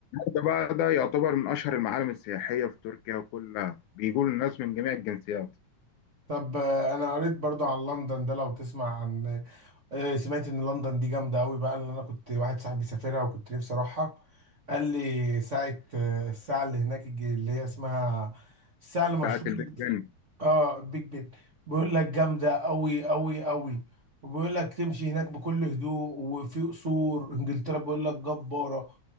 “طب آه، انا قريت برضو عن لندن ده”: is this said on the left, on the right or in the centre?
Right